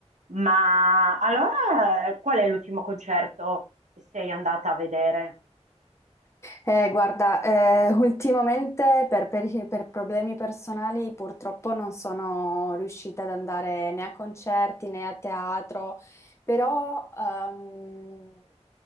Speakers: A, on the right; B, on the left.
A: Ma allora eh, qual è l'ultimo concerto che sei andata a vedere?
B: Eh, guarda, eh, ultimamente per, per- per problemi personali purtroppo non sono riuscita ad andare né a concerti né a teatro, però ehm,